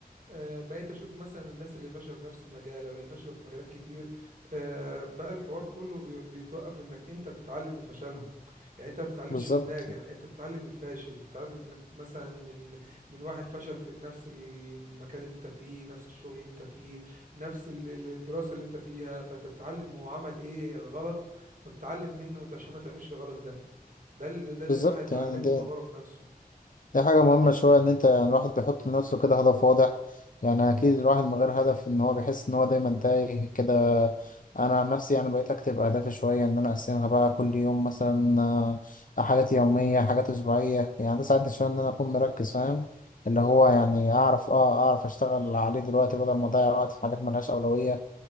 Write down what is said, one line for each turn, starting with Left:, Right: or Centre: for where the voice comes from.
Right: آه، بقيت اشوف مثلا الناس اللي فشلوا في نفس المجال او اللي فشلوا في مجالات كتير آه، بقى الحوار كله بي- بيتوقف انك انت بتتعلم من فشلهم يعني انت ما بتتعلمش
Left: بالظبط
Right: من ناجح انت بتتعلم من الفاشل بتتعلم انك مثلا من من واحد فشل في نفس المكان اللي انت فيه نفس الشغل اللي انت فيه نفس ال- ال- الدراسة اللي انت فيها فانت بتتعلم هو عمل ايه غلط فبتتعلم منه عشان ما تعملش الغلط ده ده اللي ده اللي
Left: بالظبط
Right: الواحد اتعلمه
Left: يعني ده
Right: وطوره في نفسه
Left: دي حاجة مهمة شوية إن أنت يعني الواحد بيحط لنفسه كده هدف واضح يعني أكيد الواحد من غير هدف إن هو بيحس إن هو دايما تايه كده أنا عن نفسي يعني بقيت أكتب أهدافي شوية إن أنا أقسمها بقى كل يوم مثلا آه، حاجات يومية حاجات أسبوعية يعني ده ساعدني شوية إن أنا أكون مركز فاهم اللي
Right: هو
Left: هو
Right: أكيد
Left: يعني أعرف أه أعرف أشتغل عليه دلوقتي بدل ما أضيع وقت في حاجات ملهاش أولوية